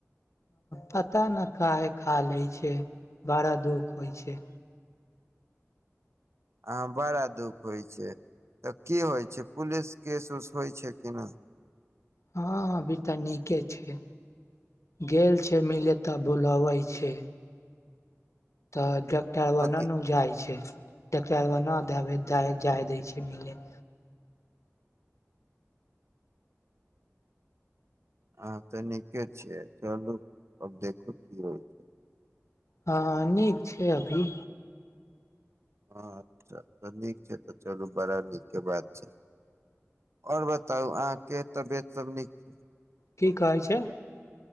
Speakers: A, on the left; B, on the right.
A: पता नहि काहे खा लै छै बड़ा दुःख होइ छै।
B: अहाँ बड़ा दुःख होइ छै तऽ की होइ छै पुलिस केस उस होइ छै किना।
A: हँ अभी तऽ नीके छै गेल छै मिले तऽ बुलबै छै। तऽ ज। तब
B: मति
A: न उ जाइ छै। ट्रेक्टर नहि देक जाइ दै छै मिलै।
B: हँ तऽ नीके छिय चलू अब देखू की होइ छै।
A: हँ। नीक छै अभी।
B: ह अच्छा तऽ नीक छै तऽ चलू बड़ा नीकके बात छै आओर बताउ अहाँके तबियत सब नीक छै।
A: की कहैत छै।